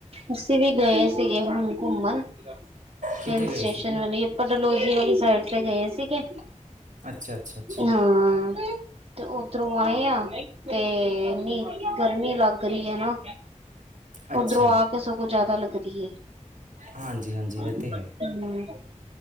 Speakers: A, on the right; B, on the right.
A: ਅਸੀਂ ਵੀ ਗਏ ਸੀਗੇ ਹੁਣ ਘੁੰਮਣ
B: ਕਿੱਥੇ
A: ਹਿਲ
B: ਗਏ
A: ਸਟੇਸ਼ਨ
B: ਸੀਗੇ
A: ਵਾਲੇ। ਲੀ ਸਾਈਡ ਤੇ ਗਏ ਸੀਗੇ।
B: ਅੱਛਾ ਅੱਛਾ ਅੱਛਾ
A: ਹਾਂ ਤੇ ਉਧਰੋਂ ਆਏ ਆ। ਤੇ ਇਨੀ ਗਰਮੀ ਲੱਗ ਰਹੀ ਹੈ। ਨਾ
B: ਅੱਛਾ
A: ਓਧਰੋਂ ਆ ਕੇ ਸਗੋਂ। ਜ਼ਿਆਦਾ ਲੱਗਦੀ ਹੈ।
B: ਹਾਂਜੀ ਹਾਂਜੀ
A: ਹੂੰ
B: ਇਹ ਤੇ ਹੈ